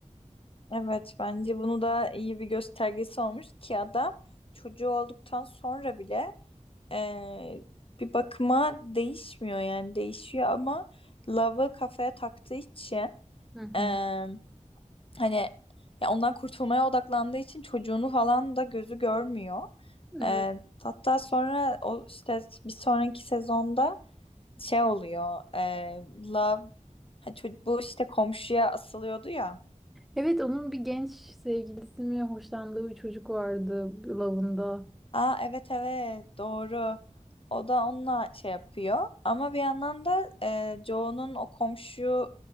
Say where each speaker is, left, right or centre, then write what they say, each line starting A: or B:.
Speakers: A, on the left; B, in the centre.
A: Evet bence bunu da iyi bir göstergesi olmuş ki adam çocuğu olduktan sonra bile eee, bir bakıma değişmiyor yani değişiyor ama love'ı kafaya taktığı için
B: Hı hı.
A: eee, Hani ya ondan kurtulmaya odaklandığı için çocuğunu falan da gözü görmüyor.
B: Evet.
A: Ee, hatta sonra o işte bir sonraki sezonda şey oluyor. ee, Love ha, ço- bu işte komşuya asılıyordu ya.
B: Evet onun bir genç sevgilisi mi hoşlandığı bir çocuk vardı Love'ında.
A: Aa evet evet doğru. O da onunla şey yapıyor. Ama bir yandan da ee, Joe'nun o komşuya